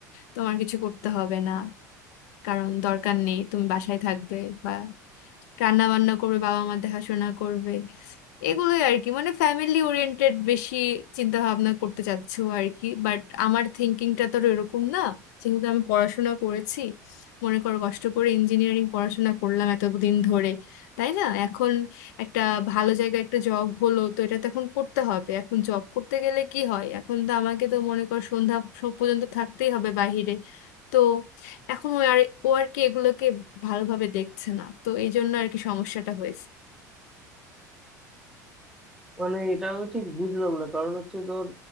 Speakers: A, on the left (about 70°); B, in the centre.
A: তোমার কিছু করতে হবে না কারণ দরকার নেই তুমি বাসায় থাকবে বা রান্না বান্না করবে বাবা মা দেখাশোনা করবে এগুলোই আর কি মানে ফ্যামিলি ওরিয়েন্টেড বেশি চিন্তা ভাবনা করতে চাচ্ছো আর কি বাট আমার থিঙ্কিংটা তো এরকম না যেহেতু আমি পড়াশোনা করেছি মনে করো কষ্ট করে ইঞ্জিনিয়ারিং পড়াশোনা করলাম এতদিন ধরে তাই না এখন একটা ভালো জায়গায় একটা জব হলো তো এটা তো এখন করতে হবে এখন জব করতে গেলে কি হয় এখন তো আমাকে তো মনে কর সন্ধ্যা স- পর্যন্ত থাকতেই হবে বাইরে তো এখন ও আর ও আর কি এগুলোকে ভালোভাবে দেখছে না তো এই জন্য আর কি সমস্যাটা হয়েছে
B: মানে এটা আমি ঠিক বুঝলাম না কারণ হচ্ছে ধর